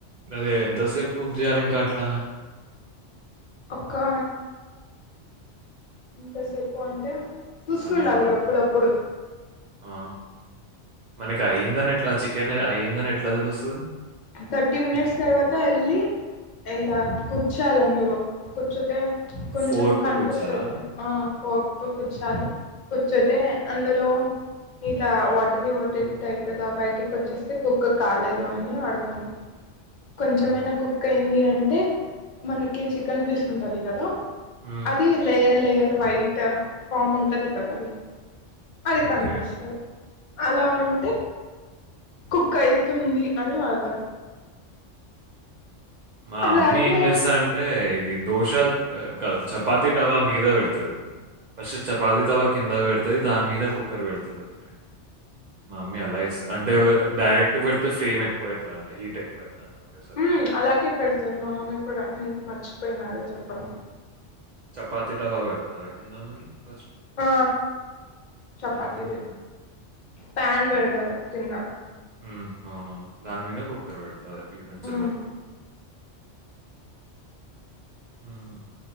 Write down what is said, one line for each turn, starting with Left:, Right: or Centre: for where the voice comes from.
Right: అది ఎంతసేపు బుక్ చేయాలి ఇంకా అట్లానే
Left: ఒకక్క ఇంతసేపు అంటే చూస్తు ఉండాలి
Right: అవరా?
Left: ఎప్పుడప్పుడు
Right: ఆ మనకి అయ్యిందని ఎట్లా చికెన్ అయ్యిందని ఎట్లా తెలుస్తు
Left: థర్టీ మినిట్స్ తర్వాత ఎళ్లి ఎలా గుర్చాలందులో గుర్చుతే కొంచెం
Right: ఫోర్క్‌తో
Left: కనిపిస్తు
Right: గుచ్చాలా?
Left: ది ఆ ఫోక్తో కూర్చాలి గుర్చోతే అందులో ఇంత వాటర వాట ట అైప్దా బయటికి వచ్చేస్తే కుక్ కాలేదు అని ఆర్ ర్థం కొంచమైనా
Right: హ్మ్.
Left: కుక్ అయింది అంటే అంటే మనకి చికెన్ పీస్ ఉంటది కదా
Right: హ్మ్.
Left: అది లేయర్ లేయర్ బైట్ఫామ్ ఉంటది కదా అది అది కనిపిస్తుంది
Right: ఓకే.
Left: అలా ఉంటే కుక్ అయితుంది అని అర్థం
Right: మా
Left: అలాగే
Right: అమ్మే ఏం చేస్తా అంటే ఇది దోశ క చపాాతి టవా మీద పెడతది ఫస్ట్ చపాతి తవా కింద పెడతుది దాని మీద కుక్కర్ పెడతుంది ఒకటి మా మమ్మీ అలా చేస్త అంటే డైరెక్ట్ పెడితే ఫ్రేమ్ ఎక్కువ అవుతుంది అంట హీట్ ట్ ఎక్కువైతాంది ఒకె సారి
Left: మ్మ్ అలాగే పెడతారు మామమ్మీ కూడ నేన్ మర్చిపోయిన అ చెప్పడం
Right: చపాతి తవా పెడతార కింద మీరు ఫస్ట్
Left: ఆ చపాతదీ
Right: దాని మీద అదే.
Left: ప్యాన్ పెడదారు కింద
Right: మ్ అవునవును దాని మీద కుక్కర్ పెడతారు యూటెన్సిల్
Left: మ్మ్
Right: పెడతారు మ్